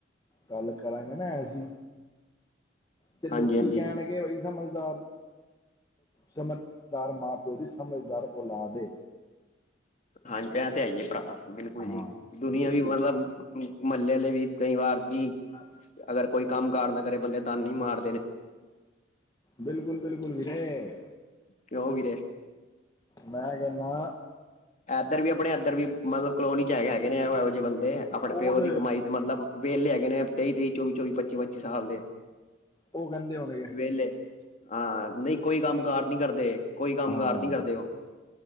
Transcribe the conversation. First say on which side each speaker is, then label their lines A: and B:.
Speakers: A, on the left (about 20°); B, on the left (about 40°).
A: ਗੱਲ ਕਰਾਂਗੇ ਨਾ ਐਸੀ ਤੇ ਲੋਕੀ
B: ਹਾਂਜੀ ਹਾਂਜੀ
A: ਕਹਿਣਗੇ ਬਾਈ, ਸਮਝਦਾਰ ਸਮਝਦਾਰ ਮਾਂ-ਪਿਓ ਦੀ ਸਮਝਦਾਰ ਔਲਾਦ ਏ।
B: ਹਾਂਜੀ, ਐ ਤੇ ਹੈ ਈ ਏ ਭਰਾ, ਬਿਲਕੁਲ
A: ਹਾਂ
B: ਜੀ। ਦੁਨੀਆਂ
A: ਬਿਲਕੁਲ
B: ਵੀ ਮਤਲਬ ਮਹੱਲੇ ਅਲੇ ਵੀ ਕਈ ਵਾਰ ਜੀ।
A: ਹਾਂ।
B: ਅਗਰ ਕੋਈ ਕੰਮ ਕਾਰ ਨਾ ਕਰੇ ਬੰਦੇ ਤਾਨੇ ਹੀ ਮਾਰਦੇ ਨੇ
A: ਬਿਲਕੁਲ, ਬਿਲਕੁਲ ਵੀਰੇੈ
B: ਕਿਉ ਵੀਰੇ
A: ਮੈਂ ਕਹਿਣਾ
B: ਇੱਧਰ ਵੀ ਆਪਣੇ ਇੱਧਰ ਵੀ ਮਤਲਬ ਕਲੋਨੀ ਚ ਹੈ ਹੈਗੇ ਨੇ, ਇਹੋ ਜਿਹੇ ਬੰਦੇ ਆਪਣੇ
A: ਉਹਦੇ
B: ਪਿਓ ਦੀ ਕਮਾਈ ਤੇ ਮਤਲਬ ਵਿਹਲੇ ਹੈਗੇ ਨੇ ਤੇਈ ਤੇਈ, ਚੌਵੀ, ਚੌਵੀ ਪੱਚੀ, ਪੱਚੀ ਸਾਲ ਦੇ
A: ਉਹ ਕਹਿੰਦੇ ਹੋਣਗੇ
B: ਵੇਹਲੇ ਹਾਂ ਨਹੀਂ ਕੋਈ ਕੰਮ ਕਾਰ ਨਹੀਂ ਕਰਦੇ ਕੋਈ ਕੰਮ
A: ਹਾਂ
B: ਕਾਰ ਨੀ ਕਰਦੇ ਉਹ